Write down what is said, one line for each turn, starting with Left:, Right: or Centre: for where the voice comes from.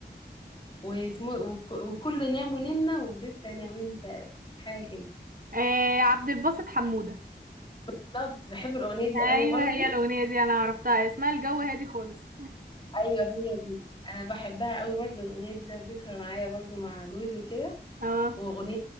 Left: واسمه وك- وكله نام وننا وفضلت انا وانت حاجه كده
Right: آه، عبد الباسط حمودة
Left: بالظبط بحب الاغنيه دي
Right: ايوه
Left: قوي برضو
Right: هي الأغنية دي انا عرفتها اسمها الجو هادي خالص
Left: ايوه هي دي انا بحبها قوي برضو الاغنيه دي لها ذكرى معايا برضو مع جوزي وكده
Right: <laughs> اه
Left: واغنيه